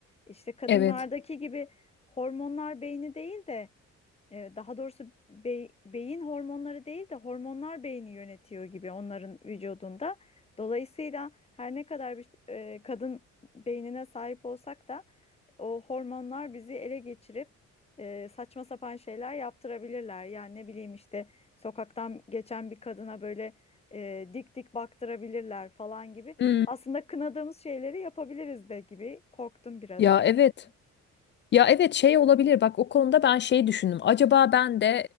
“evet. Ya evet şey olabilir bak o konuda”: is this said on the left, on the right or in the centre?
Left